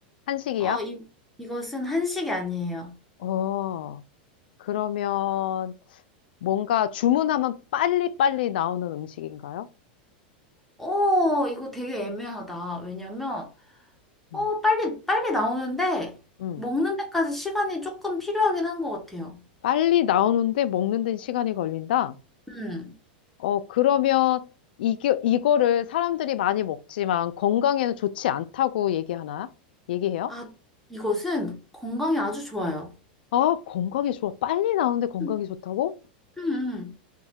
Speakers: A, on the left (about 75°); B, in the centre.
A: 한식이야?
B: 어, 이, 이것은 한식이 아니에요.
A: 어, 그러면 뭔가 주문하면 빨리빨리 나오는 음식인가요?
B: 오, 이거 되게 애매하다. 왜냐면, 어,
A: 음,
B: 빨리, 빨리 나오는데,
A: 음.
B: 먹는 데까지 시간이 조금 필요하긴 한 것 같아요.
A: 빨리 나오는데 먹는 데는 시간이 걸린다?
B: 음.
A: 어, 그러면 이게, 이거를 사람들이 많이 먹지만 건강에는 좋지 않다고 얘기하나요? 얘기해요?
B: 아, 이것은 건강에 아주 좋아요.
A: 아, 건강에 좋아. 빨리 나오는데 건강에
B: 음,
A: 좋다고?
B: 음, 음.